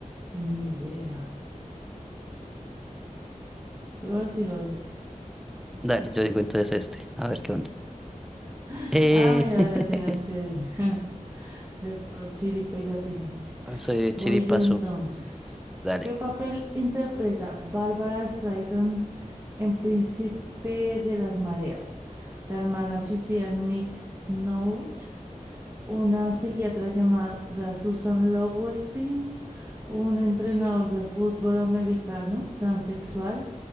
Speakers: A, on the right; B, in the centre.
A: Ni idea. Te voy a decir oeste.
B: Dale, yo digo entonces este, a ver qué onda.
A: <laughs>
B: Eh,
A: Ah, mira,
B: <laughs>
A: le atinaste ahí. <laughs> De puro chiripo y le atinaste.
B: soy de
A: Voy
B: Chiripazo,
A: yo entonces.
B: dale.
A: ¿Qué papel interpreta Bárbara Streisand en Príncipe de las Mareas? La hermana suicida Nick Nolte, una psiquiatra llamada Susan Lowenstein, un entrenador de fútbol americano transexual